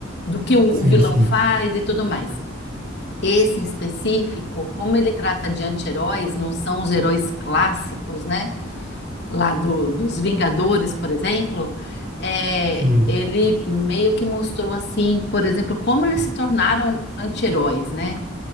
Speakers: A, on the left; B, on the right.
A: do que o,
B: sim,
A: o vilão
B: sim,
A: faz e tudo mais. Esse em específico, como ele trata de anti-heróis, não são os heróis clássicos, né? Lá do, dos Vingadores, por exemplo, é,
B: sim.
A: ele meio que mostrou assim, por exemplo, como eles se tornaram anti-heróis, né?